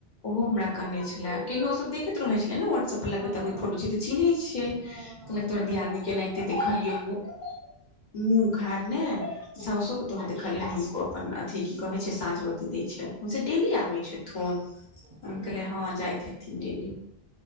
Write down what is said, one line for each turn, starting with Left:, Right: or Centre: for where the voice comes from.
Left: ओहो
Right: हँ
Left: हमरा कहने छले कियाकि ओ सब देखैत रहे छले नै उम्हर सब पर लगबै-तगबै
Right: हँ हँ
Left: फोटो छै त चिन्है छियै,
Right: हँ हँ,
Left: कहलक तोहर दियादनी के एनाहिते देखलियै एगो मुँह उघारने सउसो के तोहर देखलियौ हूनको अपन अथी की कहे छै साँझ बत्ती दै छल। हां से डेली आबै छथुन अ
Right: हुँ
Left: कहलियै हां जाइत हेथीन डेली।